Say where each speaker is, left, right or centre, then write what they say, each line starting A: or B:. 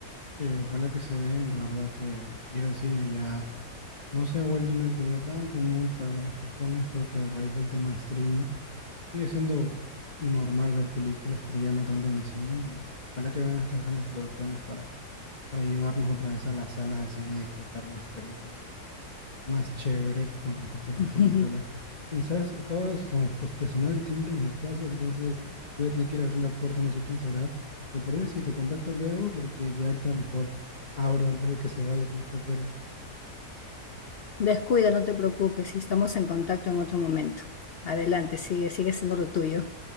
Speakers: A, on the left; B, on the left.
A: sí, ojalá que se dé. La verdad que ir al cine ya No se ha vuelto una actividad tan común para las personas, creo que a raíz del tema de streaming. Sigue siendo normal ver películas, pero ya no tanto en el cine. Y ojalá que vengan estas grandes producciones para, para llevarnos otra vez a las salas de cine y disfrutar una experiencia pues, más chévere con respecto a las
B: <laughs>
A: películas. Oye, ¿sabes? Acaba de son- de sonar el timbre en mi casa, entonces voy a tener que ir a abrir la puerta, no sé quién será. ¿Te parece si te contacto luego? Porque ya ahorita mejor abro antes de que se vaya quien esté fuera.
B: Descuida, no te preocupes, si estamos en contacto en otro momento. Adelante, sigue, sigue siendo lo tuyo.